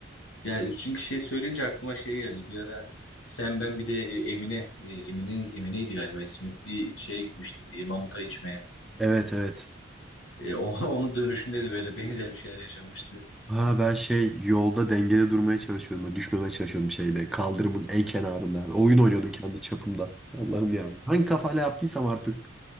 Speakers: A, on the left; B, in the centre.
A: Ya çünkü şey söyleyince aklıma şey geldi. Bir ara sen ben bir de e, Emine e, Emine Emine'ydi galiba ismi. Bir şeye gitmiştik e, mamuta içmeye.
B: Evet evet.
A: E, o- <laughs> onun dönüşünde de böyle benzer bir şeyler yaşanmıştı.
B: Ha ben şey yolda dengede durmaya çalışıyordum. Böyle düşmemeye çalışıyordum şeyde. Kaldırımın en kenarında. Oyun oynuyordum kendi çapımda. Allah'ım ya. Hangi kafayla yaptıysam artık.